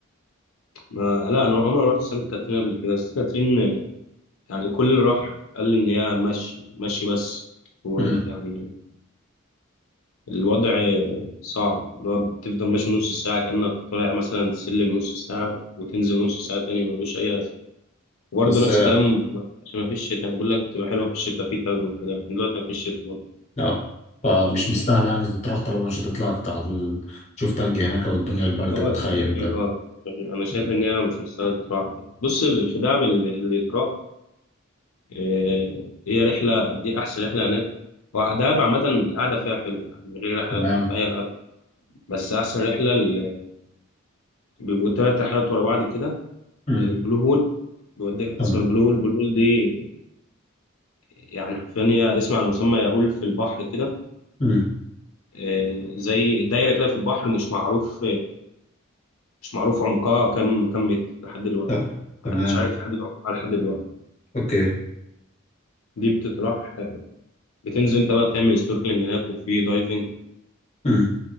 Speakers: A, on the left; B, on the left.
A: ما لا أنا عمري ما رحت سانت كاترين قبل كده سانت كاترين يعني كل اللي راح قال لي إن هي مشي مشي بس ويعني
B: مم.
A: الوضع صعب اللي هو بتفضل ماشي نص ساعة كأنك طالع مثلا سلم نص ساعة وتنزل نص ساعة تاني ملوش أي لازمة وبرضه
B: بس
A: نفس الكلام عشان ما فيش شتاء أنا بقول لك بتبقى حلوة في الشتاء في تلج وكده لكن دلوقتي ما فيش شتاء
B: اه فمش مستاهله يعني تطرح طالما مش هتطلع تع- تشوف تلج هناك والدنيا البرد
A: اه
B: وتخيم
A: سنت كاترين
B: وكده
A: اه انا شايف
B: مم.
A: ان هي مش مستاهله تروح بص في دهب اللي اللي تروح آه، هي رحله دي احسن رحله هناك ودهب عامه القعده فيها حلوه يعني من غير رحلات
B: تمام
A: ولا بتاع، هي القعده بس احسن رحله اللي بيبقوا ثلاث رحلات ورا بعض كده
B: مم.
A: البلو هول بيوديك حتة
B: تمام
A: اسمها البلو هول البلو هول دي يعني حرفيا هي اسم على مسمى يهول في البحر كده
B: مم.
A: آه، زي دايره كده في البحر مش معروف مش معروف عمقها كم كم متر لحد دلوقتي
B: طب
A: يعني محدش
B: تمام
A: عارف يحدد عمقها لحد دلوقتي
B: اوكي
A: دي بتتراح بتنزل انت بقى بتعمل سنوركلينج هناك وفي دايفنج
B: مم.